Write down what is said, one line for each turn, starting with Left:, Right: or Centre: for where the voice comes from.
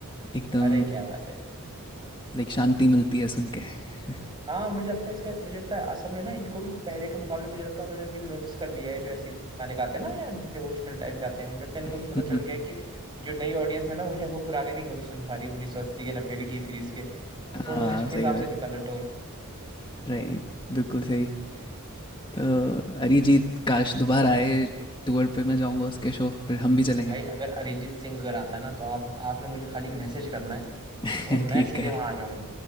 Left: एकदम
Right: अरे क्या बात है
Left: लाइक शांति मिलती है सुन के <laughs>
Right: हाँ मुझे लगता है इसके मुझे लगता है असल में ना इनको भी पहले के मुकाबले मुझे लगता है उन्होंने भी नोटिस कर लिया है जो ऐसे गाने गाते हैं ना या डिवोशनल टाइप गाते हैं मुझे लगता है इनको
Left: हम्म,
Right: भी पता चल गया है कि जो नई ऑडियंस है ना वो शायद वो पुराने नहीं गुन- सुन पा रही उन्नीस सौ अस्सी के नब्बे के टी सीरीज के तो थोड़ा
Left: हाँ
Right: <laughs> आज के
Left: सही
Right: हिसाब
Left: बात
Right: से निकालो टोन
Left: राइट बिल्कुल सही तो अरिजीत काश दोबारा आए टूर पे मैं जाऊंगा उसके शो फिर हम भी चलेंगे
Right: भाई अगर अरिजीत सिंह अगर आता है ना तो आप आपने मुझे खाली मैसेज करना है
Left: <laughs>
Right: और
Left: ठीक
Right: मैं सीधे
Left: है
Right: वहां आ जाऊंगा